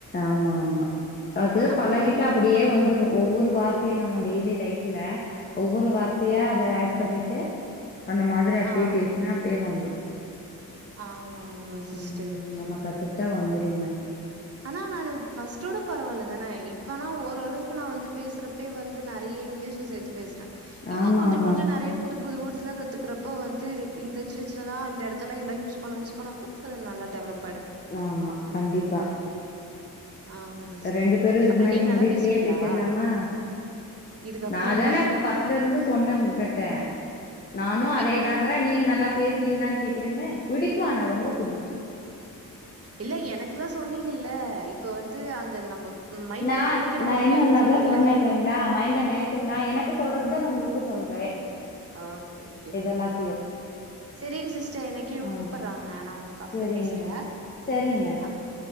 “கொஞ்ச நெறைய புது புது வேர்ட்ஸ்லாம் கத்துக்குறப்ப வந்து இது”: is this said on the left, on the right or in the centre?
Right